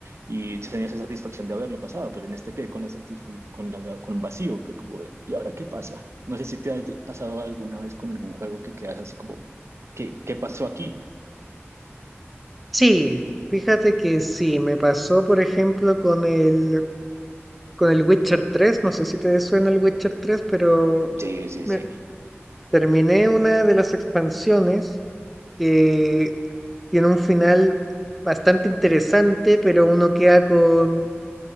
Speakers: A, on the right; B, in the centre.
A: y tenía esa satisfacción de haberlo pasado, pero en este quedé con la satisf- con la, con un vacío, que como, ¿y ahora qué pasa? No sé si te ha pasado alguna vez con algún juego que quedas así como, ¿qué, qué pasó aquí?
B: sí. Fíjate que sí, me pasó, por ejemplo, con el, con el Witcher tres no sé si te suena el Witcher tres pero...
A: Sí, sí,
B: Me
A: sí.
B: Terminé una de las expansiones que tiene un final bastante interesante, pero uno queda con,